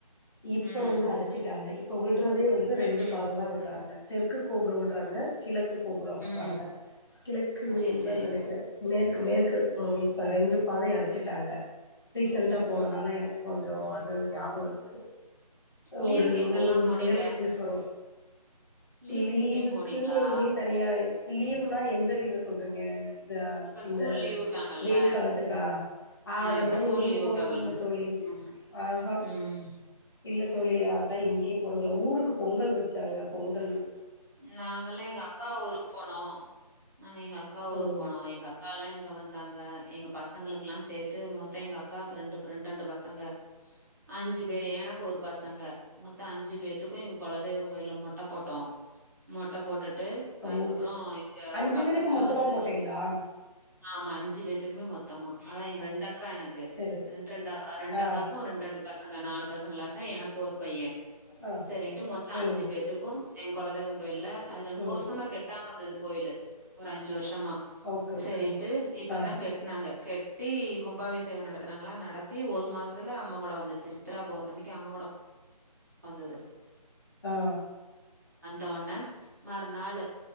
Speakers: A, on the left; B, on the right.
A: இப்ப
B: ம்.
A: வந்து அடச்சுட்டாங்க இப் இப்ப உள் விட்றதே வந்து
B: ம்ஹ்ம்.
A: ரெண்டு பாததா விட்றாங்க தெற்கு கோபுரோ உட்றாங்க கிழக்கு கு கோபுரோ விட்றாங்க
B: ம்.
A: கிழக்குனுதா
B: சரி, சரி.
A: நெனக்கிறே மேற்கு மேற் க்கு இப்ப ரெண்டு பாதை அடைச்சுட்டாங்க ரீசன்டா
B: ம்,
A: போனனால
B: ம்.
A: எனக்கு கொஞ்சோ அதுதது ஞாபகோ இருக்கு
B: லீவுக்கு
A: ஒரு
B: எங்கெல்லாம்
A: ஒரு ஒன்
B: போனீங்க?
A: இயர் பிஃபோர்
B: லீவுக்கு
A: லீவுக்குனு
B: எங்கேயும் போனீங்களா?
A: எங்கயு தனியா லீவ் னா எந்த லீவு சொல்றீங்க தா
B: இப்ப ஸ்கூல்
A: இந்த
B: லீவ் விட்டாங்கல்ல.
A: வெயில் காலத்துக்கா அதல்லா
B: ஆ இப்ப ஸ்கூல்
A: எங்கேயு
B: லீவ்
A: போறதுல்ல
B: விட்டாங்கல்ல.
A: தோழி
B: ம்,
A: ஆஹா
B: ம்.
A: இல்ல தோழி அதல்லா எங்கேயும் போறதுல்ல ஊருக்கு பொங்கல் வச்சாங்க பொங்கல்
B: நாங்கல்லா எங்க அக்கா ஊருக்கு போனோ நாங்க எங்க அக்கா ஊருக்கு
A: ம்
B: போனோம் எங்க அக்கால்லா இங்க வந்தாங்க எங்க ஃபஸ் பசங்களுக்கெல்லா சேத்து மொத்தோ எங்க அக்காக்கு ரெண்டு ரெண்ட்ரெண்ட் பசங்க அஞ்சு பேர் எனக்கு ஒரு பசங்க மொத்தோ அஞ்சு பேத்தக்கும் எங்க கொலதெய்வோ கோயில்ல மொட்ட போட்டோ மொட்ட போட்டுட் ட்டு
A: ஓ
B: அதுக்கப்பறோ இங்க
A: அஞ்சு
B: பக்கத்துல
A: பேருக்கு மொத்தமா
B: வந்து
A: போட்டீங்களா
B: ஆமா அஞ்சு பேத்துக்குமே மொட் மொத்தமா அதா எங்க ரெண்டக் க்கா எனக்கு
A: சரி
B: ரெண்டு ரெண்டு ரெண்டு
A: ஆ
B: அக்காக்கு ரெண்டு ரெண்டு சங்க நாலு பசங்களா தா எனக்கு ஒரு பைய
A: ஆ
B: சரின்ட்டு மொத்தோ
A: ம்
B: அஞ்சு பேத்துக்கு எ குலதெய்வோ இல்ல அது ரொம்ப
A: ம்
B: வருஷமா கெட்டு ட்டா வந்தது கோயிலு ஒரு அஞ்சு வருஷோ தம்மா
A: ஓகே ஓகே
B: சரின்ட்டு இப்பதா
A: ஆ
B: கெட்னாங்க கெட்டி கும்பாபிஷேகோ நடத்தினாங்களா நடத்தி ஒரு மாசத்துல அம்மன் குட வந்துச்சு சித்ராபௌர்ணமிக்கு அம்மன் குட வந்தது <inaudible>
A: ஆ
B: தோன்ன மறுநாள்